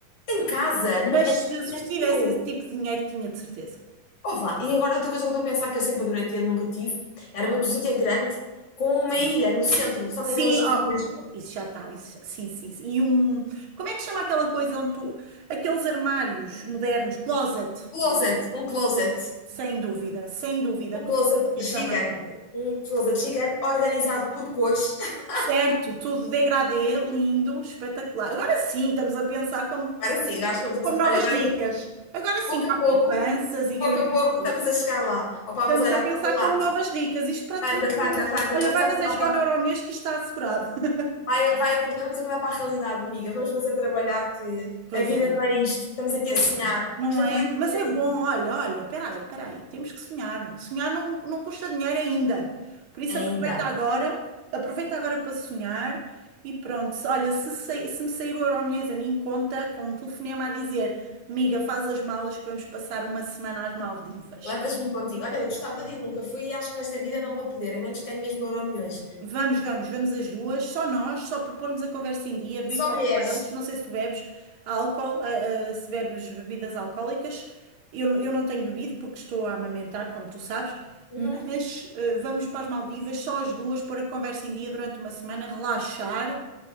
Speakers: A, on the left; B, on the right.
A: Em casa? No-
B: Mas
A: É,
B: se, se
A: é
B: tivesse
A: teu.
B: esse tipo de dinheiro, tinha de certeza.
A: Ouve lá. E agora outra coisa que eu estou a pensar que eu sempre adorei ter, nunca tive, era uma cozinha grande com uma
B: Sim.
A: ilha no centro. Sabes
B: Sim,
A: aquelas cozinhas?
B: ó, isso já está. isso- sim, sim, sim. E um. Como é que se chama aquela coisa onde tu. Aqueles armários modernos, closet,
A: Um Closet, um closet.
B: sem dúvida, sem dúvida.
A: Um
B: Com
A: closet
B: eu
A: gigante.
B: também.
A: Um closet gigante organizado por cores. <laughs>
B: Certo, tudo degradê, lindo, espetacular. Agora sim, estamos a pensar como
A: Agora
B: pessoas,
A: sim, acho que estamos a
B: como
A: passar.
B: novas
A: Olha, agora
B: ricas. Agora sim,
A: pouco
B: que
A: a
B: há
A: pouco,
B: poupanças e
A: pouco
B: garantir
A: a pouco
B: futuros.
A: estamos a chegar lá. Opá,
B: Estamos
A: mas olha,
B: a pensar
A: acorda lá.
B: como novas ricas. Isto para todos.
A: Wanda, Wanda,
B: o-
A: Wanda,
B: Olha,
A: vamos
B: vai,
A: acordar
B: mas é jogar
A: para,
B: no Euromilhões que isto está assegurado. <laughs>
A: vai, vai acordar, vamos acordar para a realidade, amiga. Vamos fazer trabalhar que
B: Pois
A: a vida
B: é.
A: não é isto. Estamos aqui
B: Pois
A: a sonhar.
B: não. Não
A: Isto é
B: é?
A: tudo hipotético.
B: Mas é bom, olha, olha, peraí, peraí, temos que sonhar. Sonhar não, não custa dinheiro ainda. Por isso
A: Ainda.
B: aproveita agora, aproveita agora para sonhar e pronto. Se- Olha, se, sai- se me sair o Euromilhões a mim, conta com um telefonema a dizer, amiga, faz as malas que vamos passar uma semana às Maldivas.
A: Levas-me contigo. Olha, eu gostava de ir, nunca fui e acho que nesta vida não vou poder, a menos que ganhe mesmo milhões.
B: Vamos, vamos, vamos as duas, só nós, só para pormos a conversa em dia, beber
A: Só
B: cocktails.
A: mulheres.
B: Não sei se tu bebes álcool, ah, ah, se bebes bebidas alcoólicas. Eu, não- eu não tenho bebido porque estou a amamentar, como tu sabes.
A: Uhum.
B: Mas ah, vamos para as Maldivas, só as duas, pôr a conversa em dia durante uma semana, relaxar